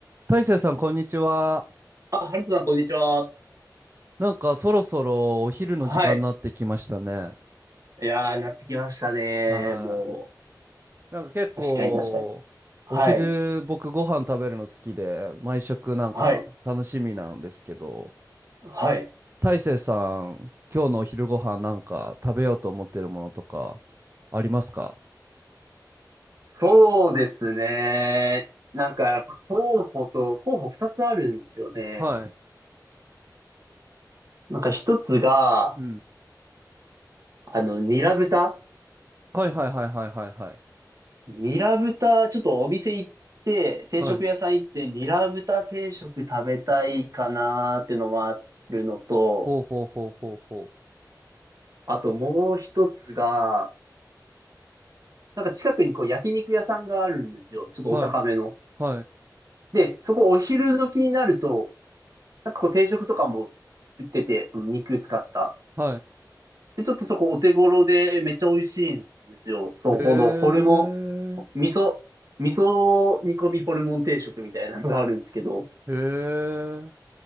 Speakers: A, on the right; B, on the right.
A: 大成さん、こんにちは。
B: あ、ハルトさん、こんにちは。
A: なんかそろそろお昼の時間になってきましたね。
B: はい。いやー、なってきましたね。
A: は
B: も
A: い。なんか結構、
B: う、確かに確かに。はい。
A: お昼僕ご飯食べるの好きで、毎食なんか楽しみなんですけど、
B: はい。はい。
A: 大成さん、今日のお昼ご飯なんか食べようと思ってるものとかありますか
B: そうですね。なんか、やっぱ候補と、候補二つあるんですよね。
A: はい。
B: なんか一つが、
A: うん。
B: あの、ニラ豚。
A: はいはいはいはいはいはい。
B: ニラ豚、ちょっとお店行って、定食屋さん行って、
A: はい。
B: ニラ豚定食食べたいかなーってのもあるのと、
A: ほうほうほうほうほ
B: あともう一つが、なんか近くにこう焼肉屋さんがあるんですよ。ちょっとお高めの。
A: う。はい。はい。
B: で、そこお昼時になると、なんかこう定食とかも売ってて、その肉使った。
A: はい。
B: で、ちょっとそこお手頃でめっちゃ美味しいんですよ。そこのホルモン、
A: へえ。
B: 味噌、味噌煮込みホルモン定食みたいなのがあるんですけど、
A: へえ。